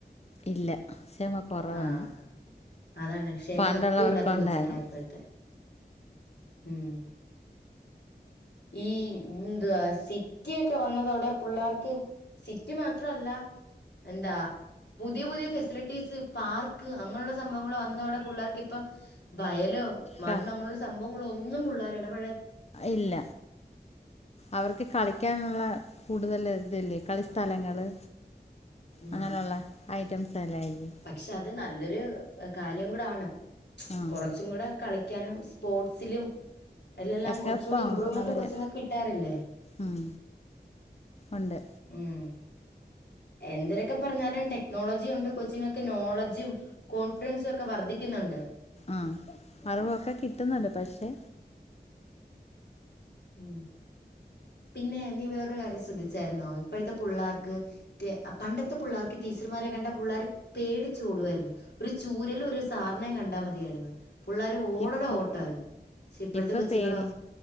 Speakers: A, on the left; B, on the left.
A: ഇല്ല ക്ഷമ കുറവാണ്.
B: ആഹ് അതാണ് ക്ഷമ
A: പണ്ടുള്ളവർക്ക്
B: ഒട്ടും ഇല്ലാത്ത കൊച്ചുങ്ങളാ
A: ഉണ്ടായിരുന്നു
B: ഇപ്പഴ്ത്തെ ഉം ഈ എന്തുവാ സിറ്റിയൊക്കെ വന്നതോടെ പുള്ളേർക്ക് സിറ്റി മാത്രല്ല എന്താ പുതിയ പുതിയ ഫെസിലിറ്റീസ് പാർക്ക് അങ്ങനെയുള്ള സംഭവങ്ങൾ വന്നതോടെ പുള്ളേർക്ക് ഇപ്പം വയലോ മണ്ണോ
A: ക
B: അങ്ങനുള്ള സംഭ ങ്ങളൊന്നും പിള്ളേർ എടപഴ
A: ഇല്ല. അവർക്ക് കളിക്കാനുള്ള കൂടുതൽ ഇതില്ലേ കളിസ്ഥലങ്ങള്
B: ഉം
A: അങ്ങനെയുള്ള ഐറ്റംസ് എല്ലാം ഇല്ലേ
B: പക്ഷെ അത് നല്ലൊരു കാര്യം കൂടാണ്
A: ആഹ്
B: കുറച്ചും കൂടെ കളിക്കാനും സ്പോർട്സിലും എല്ലെല്ലാം
A: ഒക്കെപ്പോ
B: കുറച്ചുകൂടി ഇമ്പ്രൂവ്മെന്റ്
A: അവര്
B: കൊച്ചിങ്ങക്ക് കിട്ടാറില്ലേ
A: ഉം ഉണ്ട്
B: ഉം എന്തെരക്കെ പറഞ്ഞാലും ടെക്നോളജി ഉണ്ട് കൊച്ചിങ്ങക്ക് നോളജും കോൺഫിഡൻസും ഒക്കെ വർദ്ധിക്കുന്നുണ്ട്
A: ആ അറിവൊക്കെ കിട്ടുന്നുണ്ട് പക്ഷെ
B: ഉം പിന്നെ നീ വേറൊരു കാര്യം ശ്രദ്ധിച്ചായിരുന്നോ ഇപ്പഴത്തെ പുള്ളേർക്ക് പണ്ടത്തെ പുള്ളേർക്ക് ടീച്ചർമാരെ കണ്ട പുള്ളേർ പേടിച്ചോടു വാരുന്നു ഒരു ചൂരല് ഒരു സാറിനേയും കണ്ടാൽ മതിയായിരുന്നു പിള്ളേർ ഓടടെ
A: ഇപ്പ
B: ഓട്ട ആരുന്നു പക്ഷെ ഇപ്പോഴത്തെ
A: ഇപ്പൊ
B: കൊച്ചിങ്ങളോ
A: പേടി